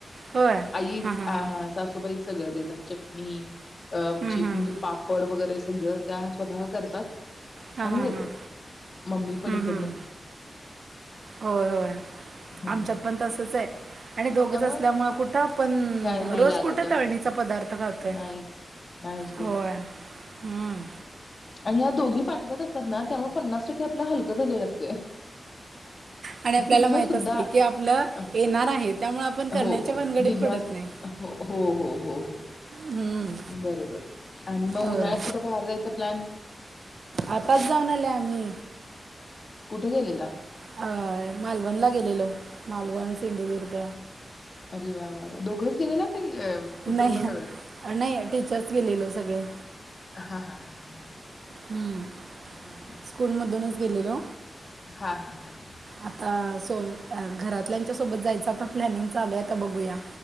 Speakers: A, on the right (about 60°); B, on the left (about 40°).
A: होय
B: आईच
A: हां हां
B: हा
A: हां
B: सासूबाईच सगळं देतात चटणी अ
A: हं,
B: चीपणीचे
A: हं.
B: पापड वगैरे सगळं सगळं त्या स्वतः करतात.
A: हां
B: आणि
A: हां
B: येतात
A: हां
B: मी पण इकडं मम्मी पण
A: हं,
B: इकडन
A: हं. होय होय
B: हम्म
A: आमच्यात पण तसच आहे आणि दोघंच
B: त्यामुळे
A: असल्यामुळे कुठं आपण
B: काय नाही
A: रोज
B: लागत
A: कुठ
B: जास्त
A: तळणीचा पदार्थ खातोय,
B: नाहीच नाहीच होत
A: होय हम्म
B: आणि या दोघी पाठवत असतात ना त्यामुळे पन्नास टक्के आपला हलकं झालेलं असतय.
A: आणि आपल्याला
B: पिठ
A: माहीत
B: सुद्धा
A: असते की आपलं
B: अं
A: येणार आहे त्यामुळे आपण करण्याच्या
B: हो
A: भानगडीत
B: बिंधास्त
A: पडत नाही
B: हो हो हो हो
A: हं.
B: बरोबर आणि मग
A: होय
B: उन्हाळ्यात कुठे बाहेर जायच प्लॅन
A: आताच जाऊन आले आम्ही
B: कुठे गेलेला?
A: अ मालवणला गेलेलो मालवण, सिंधुदुर्ग
B: अरे वा वा दोघंच गेलेला का इ अ कुटुंब
A: नाही
B: सगळं -
A: नाही टीचर्स गेलेलो सगळे
B: हा हा हा हा
A: हम्म
B: भारी
A: स्कूलमधूनच गेलेलो
B: हा हा हा
A: आता सो घरातल्या सोबत जायंच प्लॅनिंग चालू आहे आता बघूया